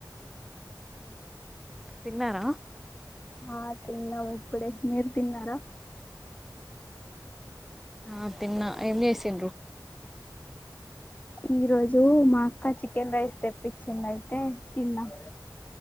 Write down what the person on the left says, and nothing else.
ఆ తిన్నము ఇప్పుడే మీరు తిన్నారా
ఈ రోజు మా అక్క చికెన్ రైస్ తెప్పించింది అయితే తిన్నాం